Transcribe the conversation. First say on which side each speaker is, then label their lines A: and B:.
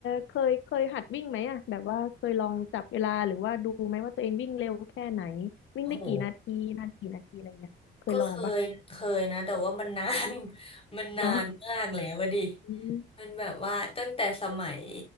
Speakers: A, on the left; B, on the left.
A: เคยเคยหัดวิ่งไหมอะแบบว่าเคยลองจับเวลาหรือว่าดูไหมว่าตัวเองวิ่งเร็วแค่ไหนวิ่งได้กี่นาทีนานกี่นาทีอะไรเงี้ยเคยลองปะ
B: โอ้โหก็เคยเคยนะแต่ว่ามันนาน <laughs> มันนานมากแล้วอะดิ
A: เนาะอืม
B: มันแบบว่าตั้งแต่สมัย